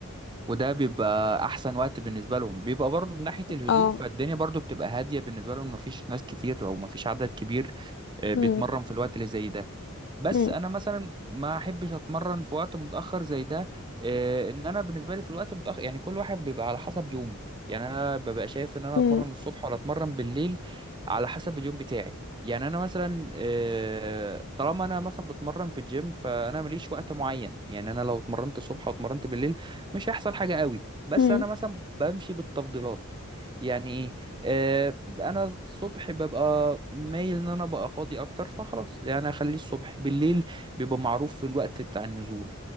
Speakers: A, on the right; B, on the left.
A: وده بيبقى احسن وقت بالنسبه لهم بيبقى برضو من ناحيه الهدوء
B: اه
A: فالدنيا برضو بتبقى هاديه بالنسبه لهم مفيش ناس كتير او مفيش عدد كبير آه،
B: مم.
A: بيتمرن في الوقت اللي زي ده بس
B: مم.
A: انا مثلا ما احبش اتمرن في وقت متاخر زي ده آه، ان انا بالنسبه لي في الوقت المتاخر يعني كل واحد بيبقى على حسب يومه يعني انا ببقى شايف ان انا
B: مم.
A: اتمرن الصبح ولا اتمرن بالليل على حسب اليوم بتاعي يعني انا مثلا آه، طالما انا مثلا بتمرن في الجيم فانا ماليش وقت معين يعني انا لو اتمرنت الصبح واتمرنت بالليل مش هيحصل حاجه قوي بس
B: مم.
A: انا مثلا بمشي بالتفضيلات يعني إيه؟ آه، انا الصبح ببقى مايل ان انا ببقى فاضي اكتر فخلاص يعني اخليه الصبح بالليل بيبقى معروف في الوقت بتاع النزول